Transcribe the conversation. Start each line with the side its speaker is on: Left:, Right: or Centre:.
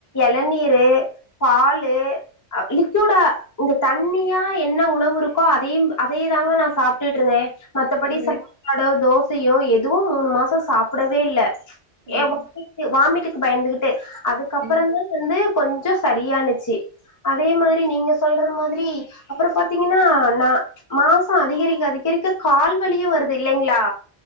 Left: இளநீரு பாலு லிக்யூடா இந்த தண்ணியா என்ன உணவு இருக்கோ அதையும் அதேயே தாங்க நா சாப்டு ருந்தேன் மத்தபடி
Right: ம்
Left: சாப்பாடோ தோசையோ எதுவு மூணு மாசம் சாப்பிடவே இல்ல
Right: ம்
Left: ஏ <inaudible> வாமிட்டுக்கு பயந்துகிட்டு அதுக்கப்புற
Right: ம்
Left: தா வந்து கொஞ்ச சரியானுச்சி அதே மாரி நீங்க சொல்ற மாதிரி அப்புற பாத்தீங்கன்னா நா மாசம் அதிகரிக்க அதிக ரிக்க கால் வலியு வருது இல்லைங்களா